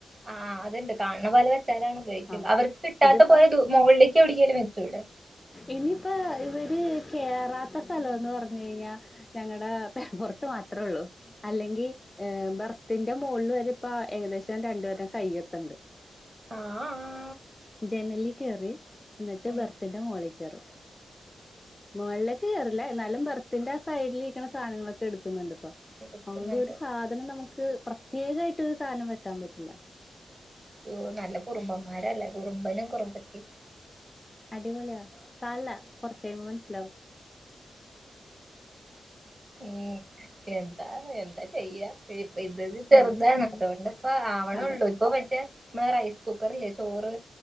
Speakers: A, on the right; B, on the left.
A: ആഹ് അത്ണ്ട് കാണണ പോലെവെച്ചാലാണ് ഉപയോഗിക്കുള്ളൂ
B: ആ
A: അവർക്ക് കിട്ടാത്ത
B: ഇതിപ്പ
A: പോലെ മുകളിലേക്ക് എവിടെക്കെങ്കിലും വെച്ചൂടെ..
B: ഇനിയിപ്പോ ഇവര് കേയറാത്ത സ്ഥലംന്ന് പറഞ്ഞു കഴിഞ്ഞാ, ഞങ്ങളടെ പെരപുറത്ത് മാത്രേ ഉള്ളൂ. അല്ലെങ്കിൽ ബെർത്തിന്റെ മുകളിൽ വരെ ഇപ്പ ഏകദേശം രണ്ടുപേരം കയ്യത്തണ്ട്.
A: ആഹ
B: ജനലി കയറി എന്നിട്ട്
A: ഉം
B: ബർത്തിന്റെ മോളിൽ കയറും. മുകളിലേക്ക് കേറില്ല എന്നാലും ബർത്തിന്റെ ആ സൈഡിലിരിക്കണ സാധനങ്ങളൊക്കെ എടുക്കുന്നുണ്ട് ഇപ്പൊ..
A: എടുക്കുന്നുണ്ട്
B: അതുകൊണ്ട് ഒരു സാധനം നമുക്ക് പ്രത്യേക ആയിട്ട് ഒരു സാധനം വെക്കാൻ പറ്റില്ല.
A: യൊ നല്ല കുറുമ്പന്മാരല്ലേ കുറുമ്പനും കുറുമ്പത്തി..
B: അടിപൊളെയ താല്ല കുറച്ച് കഴിയുമ്പോ മനസ്സിലാവും.
A: ഉ എന്താണ് എന്താ ചെയ്യാ? ഇപ്പതൊരു ചെറുതാണ്
B: ഒന്നും പറയാൻ പറ്റില്ല
A: അതോണ്ട്പ്പ ആവണള്ളൂ
B: അതെ
A: ഇപ്പൊ മറ്റേ നമ്മളെ റൈസ് കുക്കർ ഇല്ലേ ചോറ്